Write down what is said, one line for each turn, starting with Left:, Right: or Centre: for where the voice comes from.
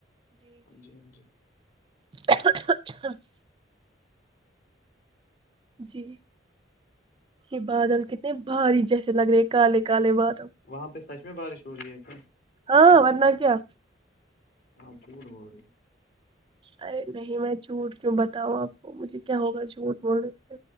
Left: ہاں جی ہاں جی
Right: اچا <unintelligible> جی یہ بادل کتنے بھاری جیسے لگ رہے کالے کالے بادل
Left: وہاں پہ سچ میں بارش ہو رہی ہے پ
Right: ہاں ورنہ کیا
Left: ہاں جھوڑ بول رہی
Right: ارے نہیں میں جھوٹ کیوں بتاؤں آپ کو مجھے کیا ہوگا جھوٹ بولنے سے